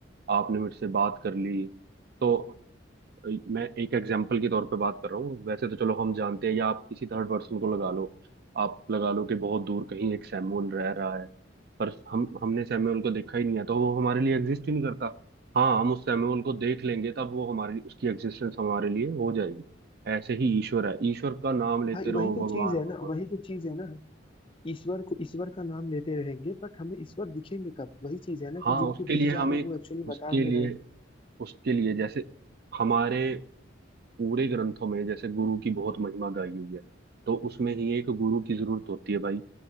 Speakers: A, on the right (about 55°); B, on the left (about 25°).
A: आपने मेरे से बात कर ली तो अ, मैं एक एग्जाम्पल के तौर पे बात कर रहा हूँ वैसे तो चलो हम जानते हैं या आप किसी थर्ड पर्सन को लगा लो आप लगा लो कि बहुत दूर कहीं एक सैमुअल रह रहा है पर हम हमने सैमुअल को देखा ही नहीं है तो वो हमारे लिए एग्जिस्ट ही नहीं करता हाँ हम उस सैमुअल को देख लेंगे तब वो हमारी उसकी एग्जिस्टेंस हमारे लिए हो जाएगी ऐसे ही ईश्वर है ईश्वर का नाम लेते
B: भाई
A: रहो
B: वही तो
A: भगवान
B: चीज है
A: भगवान
B: ना वही तो चीज है ना ईश्वर को ईश्वर का नाम लेते रहेंगे बट हमें ईश्वर दिखेंगे कब वही चीज है ना
A: हाँ
B: कि जिनको
A: उसके लिए
B: दिख जा
A: हम
B: रहे
A: एक
B: हैं वो एक्चुअली
A: उसके
B: बता नहीं
A: लिए
B: रहे हैं
A: उसके लिए जैसे हमारे पूरे ग्रंथों में जैसे गुरु की बहुत महिमा गाई हुई है तो उसमें ही एक गुरु की जरूरत होती है भाई